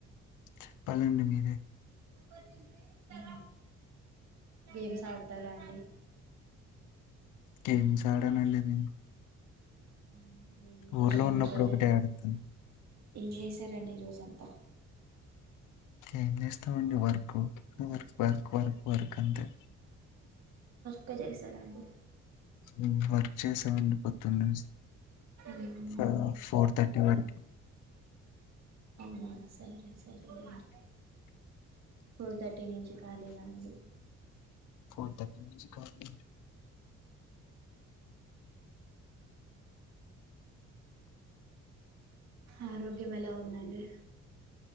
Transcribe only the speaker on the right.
ఉమ్ గేమ్స్ ఆడతరా అండి
ఉమ్ ఏం జేశారండి
ఈ రోజంతా
ఏం చేశారండి ఈరోజంతా
కే చేశార అండి
మ్మ్
అవునా సరే సరే అండి ఫోర్ థర్టీ నుంచి కాలినా అండి
ఉమ్ ఆరోగ్యం ఎలా ఉందండి?